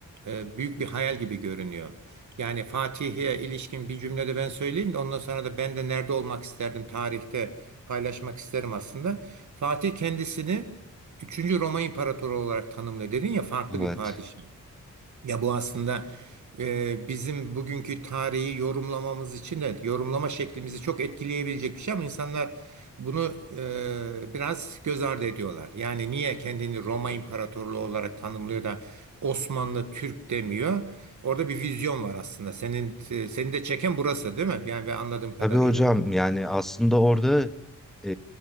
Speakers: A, on the right (about 60°); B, in the centre.
A: e, büyük bir hayal gibi görünüyor. Yani Fatih'e ilişkin bir cümlede ben söyleyeyim de ondan sonra da ben de nerede olmak isterdim tarihte paylaşmak isterim aslında. Fatih kendisini Üçüncü Roma İmparatoru olarak tanımlıyor. Dedin ya farklı
B: Evet.
A: bir padişah. Ya bu aslında e, bizim bugünkü tarihi yorumlamamız için de yorumlama şeklimizi çok etkileyebilecek bir şey ama insanlar bunu e, biraz göz ardı ediyorlar. Yani niye kendini Roma İmparatorluğu olarak tanımlıyor da Osmanlı Türk demiyor? Orada bir vizyon var aslında. Senin e, seni de çeken burası değil mi? Yani ben anladığım kadarıyla.
B: Tabii hocam yani aslında orada e,